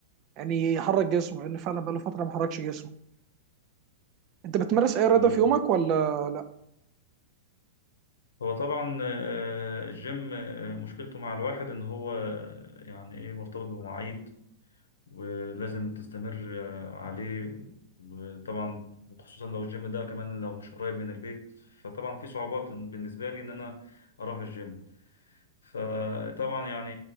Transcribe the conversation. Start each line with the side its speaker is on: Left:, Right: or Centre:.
Right: يعني يحرك جسمه لان فعلا بقاله فتره ما حركش جسمه انت بتمارس اي رياضه
Left: تمام
Right: في يومك ولا لا
Left: هو طبعا آه، الجيم آه، مشكلته مع الواحد إن هو آه، يعني إيه مرتبط بمواعيد ولازم تستمر آه، عليه وطبعا وخصوصا لو الجيم ده كمان لو مش قريب من البيت فطبعا في صعوبات إن- بالنسبة لي إن أنا أروح الجيم فطبعا يعني